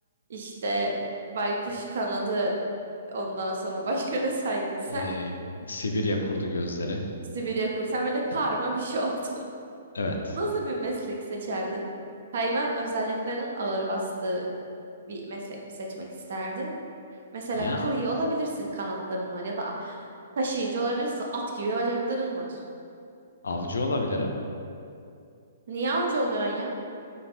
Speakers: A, on the right; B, on the left.
A: işte baykuş
B: Bu-
A: kanadı Ondan sonra başka ne saydın sen?
B: Ee, Sibirya kurdu gözleri.
A: Sibirya kursan böyle karma bir şey oldun. <laughs>
B: Evet.
A: Nasıl bir meslek seçerdin? Hayvan özelliklerinin ağır bastığı bir meslek mi seçmek isterdin? Mesela
B: Ya
A: kurye olabilirsin kanatların var ya da taşıyıcı olabilirsin at gibi bacakların var.
B: avcı olabilirim.
A: Niye avcı oluyorsun ya?